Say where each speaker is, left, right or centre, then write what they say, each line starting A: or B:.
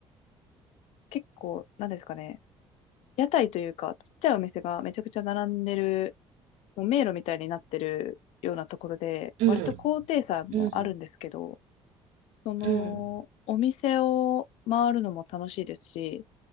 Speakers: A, on the left; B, on the right.
A: 結構、なんですかね。屋台というか、ちっちゃいお店がめちゃくちゃ並んでる、もう迷路みたいになってるようなところで、
B: うん、
A: 割と高低差もあるんですけど、
B: うん、
A: その、
B: うん。
A: お店を回るのも楽しいですし、